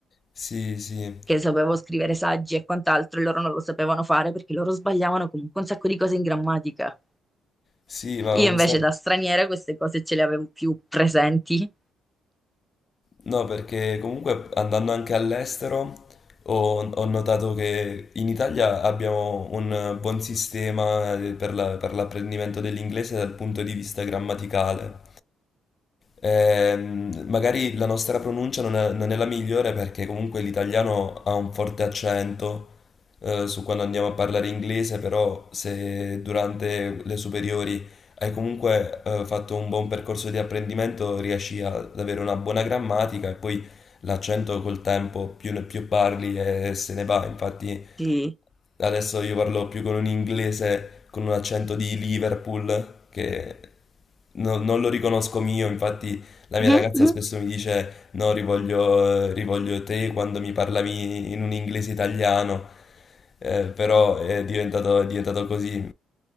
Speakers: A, on the left; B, in the centre.
A: sì, sì,
B: che sapevo scrivere saggi e quant'altro, e loro non lo sapevano fare perché loro sbagliavano comunque un sacco di cose in grammatica.
A: sì, ma
B: Io
A: questa...
B: invece da straniera queste cose ce le avevo più presenti.
A: No, perché comunque andando anche all'estero ho, ho notato che in Italia abbiamo un buon sistema eh, per la- per l'apprendimento dell'inglese dal punto di vista grammaticale. Ehm, magari la nostra pronuncia non è, non è la migliore perché comunque l'italiano ha un forte accento eh, su quando andiamo a parlare inglese, però se durante le superiori hai comunque eh, fatto un buon percorso di apprendimento, riesci ad avere una buona grammatica e poi l'accento col tempo più, ne- più parli e se ne va. Infatti
B: Sì.
A: Adesso io parlo più con un inglese con un accento di Liverpool che no- non lo riconosco mio, infatti la mia
B: Mhm.
A: ragazza spesso mi dice no, rivoglio, eh, rivoglio te quando mi parlavi in un inglese italiano, Eh, però è diventato, è diventato così.